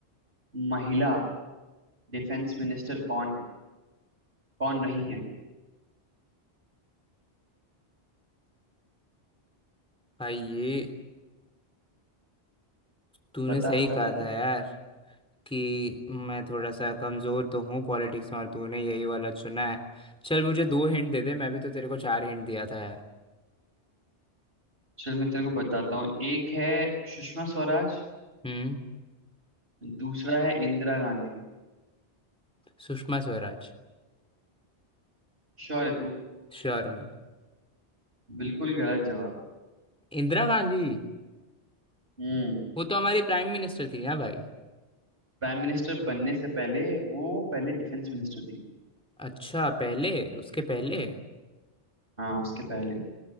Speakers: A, on the right; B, in the centre.
A: महिला डिफेंस मिनिस्टर कौन है कौन रही है
B: भाई ये तूने
A: बता
B: सही
A: बता
B: कहा
A: बता
B: था यार कि मैं थोड़ा सा कमज़ोर तो हूँ पॉलिटिक्स में और तूने यही वाला चुना है चल मुझे दो हिंट दे दे मैं भी तो तेरे को चार हिंट दिया था यार
A: चल मैं तेरे को बताता हूँ एक है सुषमा स्वराज
B: हम्म
A: दूसरा है इंदिरा गांधी
B: सुषमा स्वराज
A: श्योर है तू
B: श्योर हूँ मैं।
A: बिल्कुल गलत जवाब
B: इंदिरा गांधी
A: हम्म
B: वो तो हमारी प्राइम मिनिस्टर थी ना भाई
A: प्राइम मिनिस्टर बनने से पहले वो पहले डिफेंस मिनिस्टर थी
B: अच्छा पहले उसके पहले
A: हाँ उसके पहले